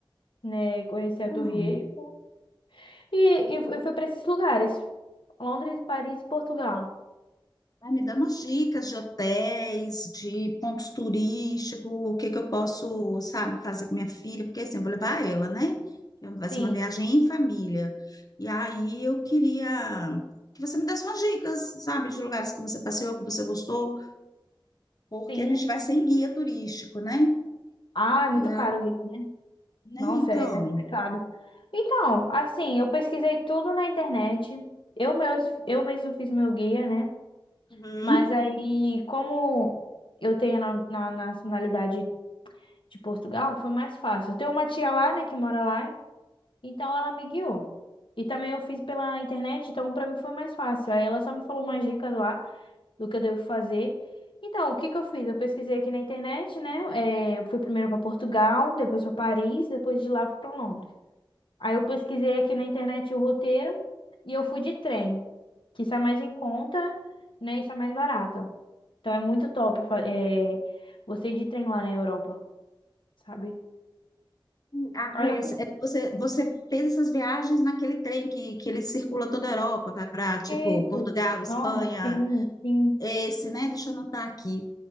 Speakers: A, on the left; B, on the left.
A: né? Conheci a
B: Então,
A: Torre Eiffel. E, e eu fui pra esses lugares. Londres, Paris e Portugal.
B: Ai, me dá umas dicas de hotéis, de pontos turísticos, o que que eu posso, sabe, fazer com minha filha, porque assim, eu vou levar ela, né? Então, Vai ser
A: Sim,
B: uma viagem em família. E aí eu queria que você me desse umas dicas, sabe, de lugares que você passeou, que você gostou, porque
A: sim.
B: a gente vai sem guia turístico, né?
A: Ah, é
B: E
A: muito
B: aí,
A: caro, Guilherme, né?
B: né,
A: Nossa,
B: então.
A: é bem complicado. Então, assim, eu pesquisei tudo na internet. Eu mesmo, eu mesmo fiz meu guia, né?
B: Uhum.
A: Mas aí, como eu tenho na, na nacionalidade de Portugal, foi mais fácil. Eu tenho uma tia lá, né, que mora lá, então ela me guiou. E também eu fiz pela internet, então pra mim foi mais fácil. Aí ela só me falou umas dicas lá do que eu devo fazer. Então, o que que eu fiz? Eu pesquisei aqui na internet, né? É, eu fui primeiro pra Portugal, depois pra Paris, depois de lá fui pra Londres. Aí eu pesquisei aqui na internet o roteiro e eu fui de trem, que está mais em conta, né? E está mais barato. Então é muito top, fa- é, você ir de trem lá na Europa, sabe?
B: Ah,
A: Aí
B: é,
A: eu fui,
B: é, Você, você fez essas viagens naquele trem que, que ele circula toda a Europa, vai para, tipo,
A: isso.
B: Portugal, Espanha.
A: Não, sim, sim,
B: Esse, né? Deixa eu anotar aqui.